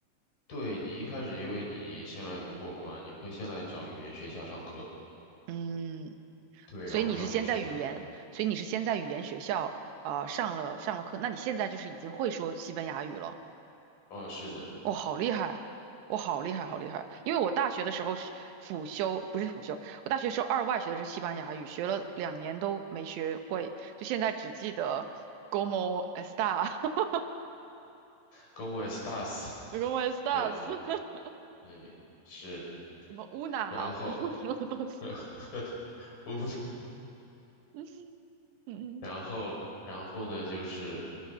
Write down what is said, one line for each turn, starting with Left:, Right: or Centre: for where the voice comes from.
Left: 对你一开始，因为你现在不过关，你会先来找语言学校上课。
Right: 嗯，
Left: 对，
Right: 所以你是先在语言，
Left: 然后当你取得，
Right: 所以你是先在语言学校呃上了上了课，那你现在就是已经会说西班牙语了。
Left: 哦，是的
Right: 哇、好厉害！哇、好厉害，好厉害！因为我大学的时候是辅修，不是辅修，我大学时候二外学的是西班牙语，学了两年都没学会，就现在只记得 como está <laughs>
Left: ，como estás？
Right: ，como estás，
Left: 对
Right: <laughs>
Left: 对是，
Right: 什么 una
Left: 然后
Right: <laughs> 什么东西。
Left: <laughs> 乌
Right: <laughs> 嗯
Left: 然后，然后呢，就是，